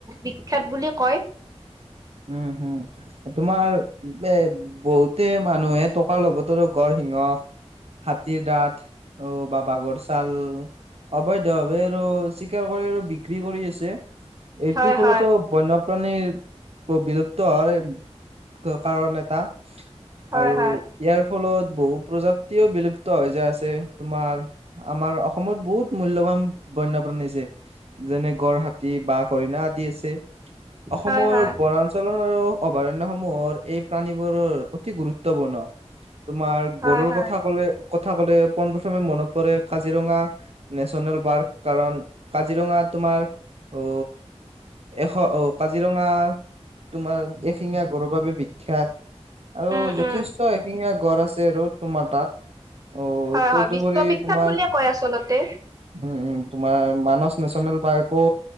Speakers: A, on the right; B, on the right.
A: বিখ্যাত বুলি কয়।
B: উম হুম, এ তোমাৰ এ বহুতে মানুহে টক কাৰ লগত আৰু গড়, সিংহ, হাতীৰ দাঁত অ বা বাঘৰ চাল অবৈধভাৱে আৰু চিকাৰ কৰি আৰু বিক্ৰী কৰি আছে এইটো
A: হয়
B: ফলতো
A: হয়
B: বন্যপ্ৰাণীৰ ব বিলুপ্ত হয়। ক কাৰণ এটা
A: হয়
B: আৰু
A: হয়।
B: ইয়াৰ ফলত বহু প্ৰজাতিও বিলুপ্ত হৈ যায় আছে তোমাৰ আমাৰ অসমত বহুত মূল্যবান বন্যপ্ৰাণী আছে। যেনে গড়, হাতি, বাঘ, হৰিণা আদি আছে অসমৰ
A: হয় হয়
B: অঞ্চলৰ আৰু অভয়াৰণ্যসমূহৰ এই প্ৰাণীবোৰৰ অতি গুৰুত্বপূৰ্ণ। তোমাৰ
A: হয়
B: গড়ৰ
A: হয়
B: কথা কলে কথা কলে পোন প্ৰথমে মনত পৰে কাজিৰঙা। নেচনেল পাৰ্ক কাৰণ কাজিৰঙা তোমাৰ অ এশ অ কাজিৰঙা তোমাৰ এশিঙীয়া গঁড়ৰ বাবে বি খ্যাত আৰু
A: উম
B: যথেষ্ট
A: উম
B: এশিঙীয়া গঁড় আছে ৰ' তোমাৰ তাত। অ
A: হয়
B: তদুপৰি
A: হয় বিশ্ববিখ্যাত
B: তোমাৰ
A: বুলিয়ে কয় আচলতে।
B: উম উম তোমাৰ মানস নেচনেল পাৰ্কো